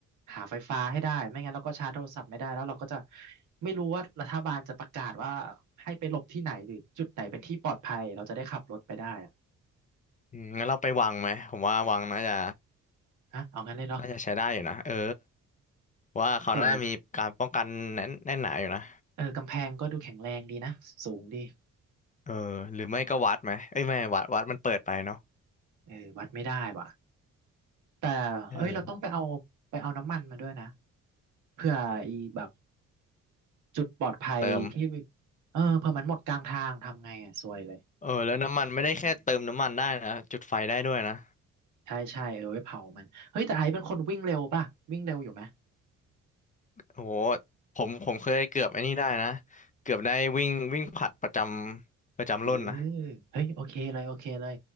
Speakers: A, on the right; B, on the left.
A: หาไฟฟ้าให้ได้ไม่งั้นเราก็ชาร์จโทรศัพท์ไม่ได้แล้วเราก็จะไม่รู้ว่ารัฐบาลจะประกาศว่าให้ไปหลบที่ไหนหรือจุดไหนเป็นที่ปลอดภัยเราจะได้ขับรถไปได้อะ
B: อืมงั้นเราไปวังไหมผมว่าวังน่าจะ
A: ฮะเอางั้นเลยเนาะ
B: น่าจะใช้ได้อยู่นะเออว่าเขาน่าจะมีการป้องกันแน่นแน่นหนาอยู่นะ
A: เออเออกำแพงก็ดูแข็งแรงดีนะสูงดี
B: เออหรือไม่ก็วัดไหมเอ้ยไม่วัดวัดมันเปิดไปเนาะ
A: เออวัดไม่ได้ว่ะแต่เอ้ยเราต้องไปเอาไปเอาน้ำมันมาด้วยนะ
B: เออ
A: เพื่ออีแบบจุดปลอดภัยที่
B: เติม
A: เออเผื่อมันหมดกลางทางทำไงอ่ะซวยเลย
B: เออแล้วน้ำมันไม่ได้แค่เติมน้ำมันได้นะจุดไฟได้ด้วยนะ
A: อืมใช่ใช่เออไว้เผามันเฮ้ยแต่ไอซ์เป็นคนวิ่งเร็วป่ะวิ่งเร็วอยู่ไหม
B: โอ้โหผมผมเคยเกือบไอ้นี่ได้นะเกือบได้วิ่งวิ่งผลัดประจำประจำรุ่นนะ
A: เออเฮ้ยโอเคเลยโอเคเลย